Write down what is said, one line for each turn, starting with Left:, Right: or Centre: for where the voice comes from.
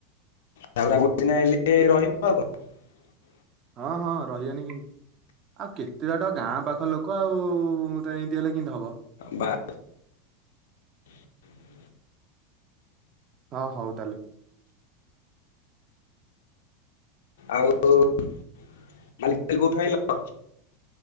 Left: ତାପରେ ଆଉ ଗୋଟେ ଦିନ ଆଇଲେ <unintelligible>
Right: ହଁ ହଁ ରହିବନି କେମତି ଆଉ କେତେ ବାଟ ଗାଁ ପାଖ ଲୋକ ଆଉ ତ ଏମତି ହେଲେ କେମତି ହବ।
Left: ବା- <inaudible>
Right: ହଁ ହଉ ତାହେଲେ
Left: ଆଉ ବାଲି ଫାଲି କୋଉଠୁ ଆଣିଲ?